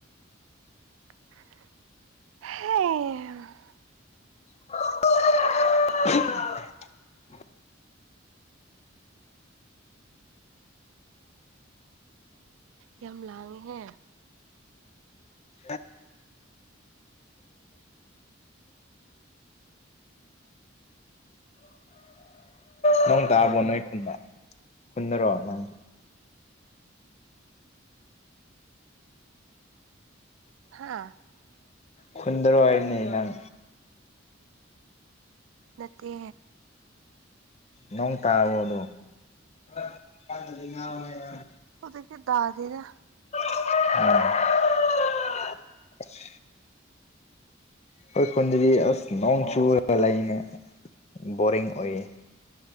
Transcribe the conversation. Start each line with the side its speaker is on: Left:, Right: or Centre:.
Right: <unintelligible> ꯍꯦ
Left: <unintelligible>
Right: ꯌꯥꯝ ꯂꯥꯡꯉꯤꯍꯦ
Left: <unintelligible> <unintelligible> <unintelligible> ꯅꯪꯡ ꯇꯥꯕ꯭ꯔꫭ ꯅꯣꯏ ꯈꯨꯟꯗ ꯈꯨꯟꯗꯔꯣ ꯅꯪꯁꯨ
Right: ꯍꯥꯥ
Left: ꯈꯨꯟꯗꯔꫭ ꯍꯥꯏꯝꯅꯤ ꯅꯪ
Right: ꯅꯠꯇꯦ
Left: ꯅꯣꯡ <unintelligible>
Right: ꯍꯧꯖꯤꯛꯇꯤ ꯇꯥꯗꯦꯗ
Left: <unintelligible> ꯑꯈꯣꯏ ꯈꯨꯟꯗꯗꯤ ꯑꯁ ꯅꯣꯡ ꯆꯨꯨꯔꯒ ꯂꯩꯅꯦ ꯕꯣꯔꯤꯡ ꯑꯣꯏꯌꯦ